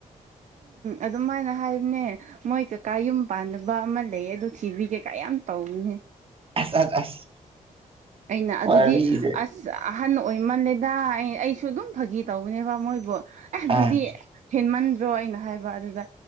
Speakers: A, on the right; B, on the right.
A: ꯑꯗꯨꯝꯥꯏꯅ ꯍꯥꯏꯕꯅꯦ ꯃꯣꯏ ꯀꯩꯀꯥ ꯌꯨꯝ ꯄꯥꯟꯅꯕ ꯑꯃ ꯂꯩ ꯑꯗꯨ ꯊꯤꯕꯤ ꯀꯩꯀꯥ ꯌꯥꯝ ꯇꯧꯅꯦ
B: ꯑ ꯑ ꯑꯁ
A: ꯑꯩꯅ ꯑꯗꯨꯗꯤ
B: ꯋꯥꯔꯤꯁꯦ
A: ꯑꯁ ꯑꯍꯟ ꯑꯣꯏꯃꯜꯂꯦꯗ ꯑꯩ ꯑꯩꯁꯨ ꯑꯗꯨꯝ ꯐꯥꯒꯤ ꯇꯧꯕꯅꯦꯕ ꯃꯣꯏ ꯑꯗꯨꯣ ꯑꯦ ꯑꯗꯨꯗꯤ
B: ꯑꯥ
A: ꯍꯦꯟꯃꯟꯗ꯭ꯔꯣ ꯑꯩꯅ ꯍꯥꯏꯕ ꯑꯗꯨꯗ